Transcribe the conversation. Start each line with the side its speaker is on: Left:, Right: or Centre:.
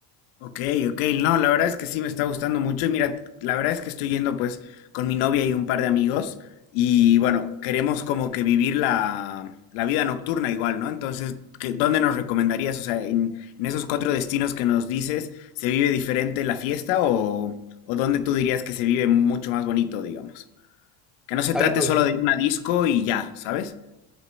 Left: Ok, ok, no, la verdad es que sí me está gustando mucho y mira, la verdad es que estoy yendo pues con mi novia y un par de amigos y bueno, queremos como que vivir la, la vida nocturna igual, ¿no? Entonces, ¿qué- ¿dónde nos recomendarías? O sea, en, en esos cuatro destinos que nos dices, ¿se vive diferente la fiesta o, o dónde tú dirías que se vive mucho más bonito, digamos? Que no se
Centre: A
Left: trate
Centre: ver, ¿dónde?
Left: solo de ir a una disco y ya, ¿sabes?